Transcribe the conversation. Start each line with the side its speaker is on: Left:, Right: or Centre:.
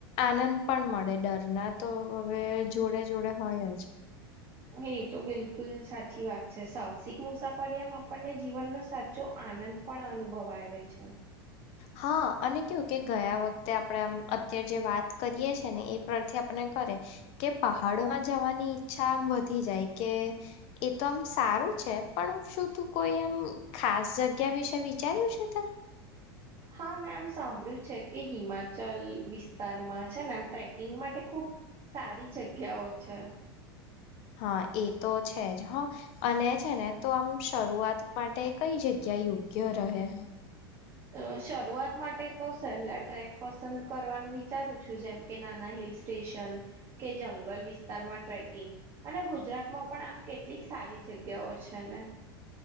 Left: આનંદ પણ મ આપડે ડરના તો હવે જોડે જોડે હોય જ.
Right: એ તો બિલકુલ સાચી વાત છે સાહસિક મુસાફરી આમ આપણને જીવનનો સાચો આ આનંદ પણ અનુભવાય આવે છે.
Left: હા, અને કેવું કે ગયા વખતે આપણે આમ અત્યારે જે વાત કરીએ છે ને એ પરથી આપને કરે કે પહાડોમાં જવાની ઈચ્છા આમ વધી જાય કે એ તો આમ સારું શું છે? પણ શું તું કોઈ આમ ખાસ જગ્યા વિશે વિચાર્યું છે તે?
Right: હા મેમ સાંભળ્યું છે કે હિમાચલ વિશ વિસ્તારમાં છે ને આમ ટ્રેકિંગ માટે ખુબ સારી જગ્યાઓ છે.
Left: હહ એ તો છે જ હહ અને છે ને તો આમ શરૂઆત માટે કઈ જગ્યા યા યોગ્ય રહે?
Right: અ શરૂઆત માટે તો સહેલા ટ્રેક પસંદ કરવાનું વિચારું છું જેમ કે નાના હિ લ સ્ટેશન કે જંગલ વિસ્તારમાં ટ્રેકિંગ અને ગુજરાતમાં પણ આમ કેટલીક સારી જગ્યાઓ છે ને?